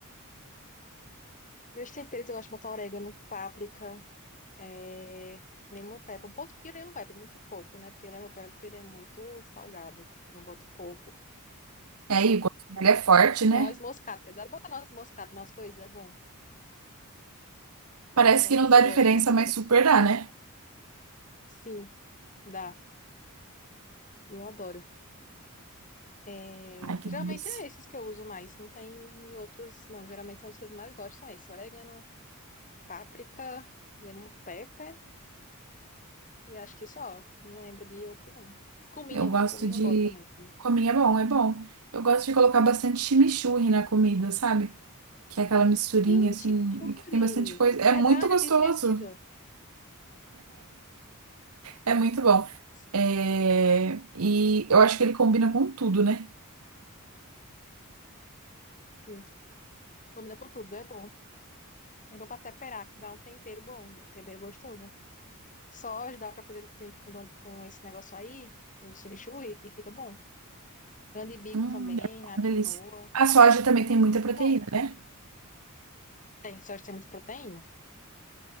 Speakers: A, on the left; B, on the right.
A: Meus temperos eu gosto de botar orégano, páprica, é... lemon pepper, um pouquinho de lemon pepper, muito pouco, né? Porque lemon pepper ele é muito salgado, então eu boto pouco.
B: É aí, o gosto dele é forte, né?
A: Noz moscada, eu adoro botar noz moscada nas coisas, é bom.
B: Parece
A: É bom,
B: que
A: não sei
B: não
A: se
B: dá
A: você gosta,
B: diferença,
A: mas adoro.
B: mas super dá, né?
A: Sim, dá. Eu adoro. É,
B: Ai, que
A: geralmente
B: delícia.
A: é esses que eu uso mais. Não tem outros, não. Geralmente são os que eu mais gosto, são esses. Orégano, páprica, lemon pepper. E acho que só. Não lembro de outro, não. Cominho.
B: Eu gosto
A: Cominho
B: de...
A: é bom também. Cominho é
B: Cominho
A: bom.
B: é bom, é bom. Eu gosto de colocar bastante chimichurri na comida, sabe? Que é aquela misturinha,
A: Sim,
B: assim,
A: chimichurri.
B: e que tem bastante coisa. É
A: Verdade,
B: muito gostoso.
A: eu tinha esquecido.
B: É muito bom.
A: Sim,
B: É, E eu acho que ele combina com tudo, né?
A: sim. Combina com tudo, é bom. É bom pra temperar, que dá um tempero bom, um tempero gostoso. Só dá pra fazer com, com esse negócio aí, com o chimichurri, e fica bom. Grande bico
B: Hum,
A: também,
B: deve ficar
A: a
B: uma
A: quinoa.
B: delícia. A soja também tem
A: Dá um
B: muita
A: gosto
B: proteína,
A: bom.
B: né?
A: Tem, só tem muita proteína.